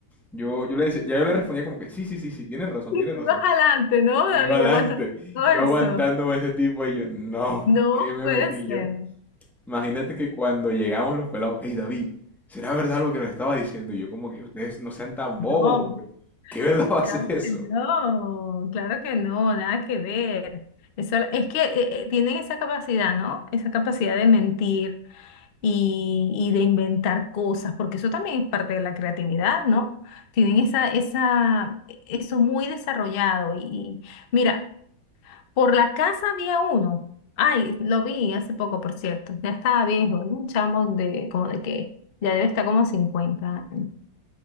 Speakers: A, in the centre; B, on the left.
A: Yo, yo le decía, ya yo le respondía como que sí, sí, sí, sí, tienes razón,
B: <laughs>
A: tienes razón.
B: Más adelante, ¿no, David?
A: Yo iba adelante,
B: Aguántame todo
A: yo
B: eso.
A: aguantándome a ese tipo y yo, no,
B: No
A: ¿qué me
B: puede
A: metí
B: ser,
A: yo? Imagínate que cuando llegamos los pelados, hey David, ¿será verdad lo que nos estabas diciendo? Y yo como que ustedes no sean tan bobos,
B: no,
A: hombre. ¿Qué verdad va a
B: claro
A: ser eso?
B: que no, claro que no, nada que ver. Eso, es que eh, eh, tienen esa capacidad, ¿no? Esa capacidad de mentir y, y de inventar cosas, porque eso también es parte de la creatividad, ¿no? Tienen esa, esa, eso muy desarrollado. Y, y mira, por la casa había uno. Ay, lo vi hace poco, por cierto. Ya estaba viejo, ¿no? un chamo de como de que ya debe estar como 50 años.